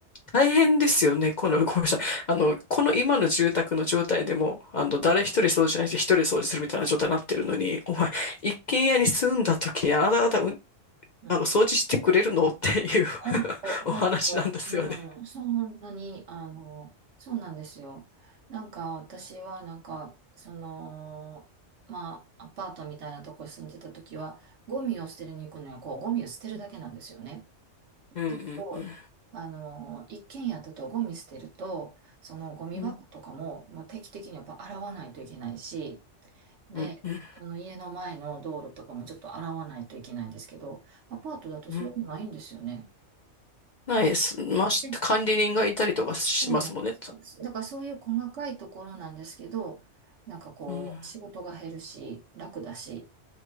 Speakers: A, on the left (about 50°); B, on the right (about 70°).
A: 大変ですよね。この、<laughs> ごめんなさい。あの、この今の住宅の状態でも、あの、誰一人掃除しないし、一人掃除するみたいな状態になってるのに、お前、一軒家に住んだ時にあなた方、うん
B: う。うん。
A: あの、
B: うん
A: 掃除してくれるのっていう
B: ほんと、
A: <laughs>
B: ほんと。
A: お話なんですよね。
B: うん。そう、本当に、あの、そうなんですよ。なんか、私は、なんか、その、まあ、アパートみたいなとこに住んでた時は、ゴミを捨てるに行くのは、こう、ゴミを捨てるだけなんですよね。
A: うんうんうん。
B: だけど、あの、一軒家だとゴミ捨てると、そのゴミ箱とかも、
A: うん、
B: もう定期的にやっぱ洗わないといけないし、で、
A: うん、うん。
B: その家の前の道路とかもちょっと洗わないといけないんですけど、アパートだとそういうのないんですよね。
A: うんないです。
B: なんか
A: まし、
B: うん
A: 管理人がいたりとかしますもんね。
B: そうなんですよ。だからそういう細かいところなんですけど、なんかこう、
A: うん、
B: 仕事が減るし、楽だし、